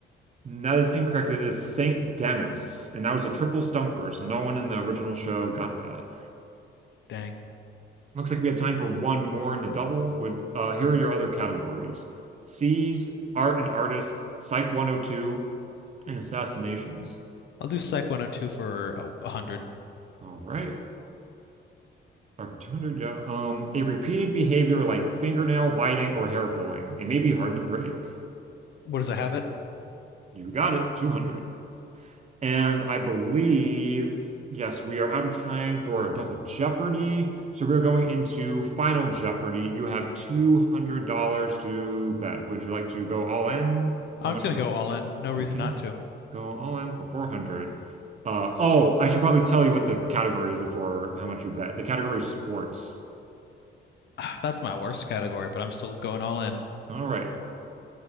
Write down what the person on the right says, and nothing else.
And That is incorrect. It is Saint Denis, and that was a triple stumper, so no one in the original show got that.
Looks like we have time for one more in the double. Would uh, here are your other categories: C's, Art and Artist, Psych 102, and Assassinations.
All right. Or for 200, yeah. Um, a repeated behavior like fingernail biting or hair pulling. It may be hard to break.
You got it, 200. And I believe, yes, we are out of time for Double Jeopardy. So we're going into Final Jeopardy. You have $200 to bet. Would you like to go all in?
How much
would
you?
Okay,
go all in for 400. Uh, oh, I should probably tell you what the category is before how much you bet. The category is sports.
All right.